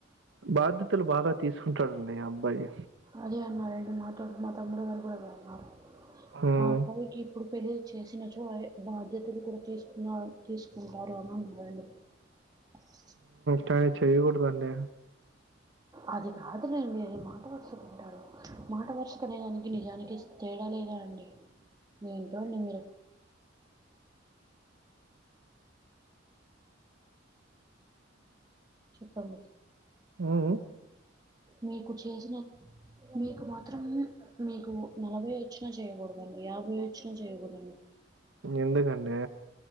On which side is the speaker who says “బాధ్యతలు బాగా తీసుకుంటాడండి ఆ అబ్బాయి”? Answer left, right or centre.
Right